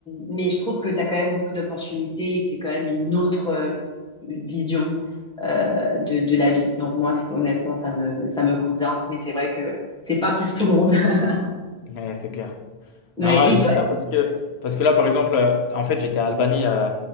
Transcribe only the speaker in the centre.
mais je trouve que tu as quand même beaucoup d'opportunités et c'est quand même une autre euh, vision euh, de, de la vie. Donc moi, c'est- honnêtement, ça me, ça me convient, mais c'est vrai que c'est pas pour tout le monde. <laughs>
Mais
et
toi?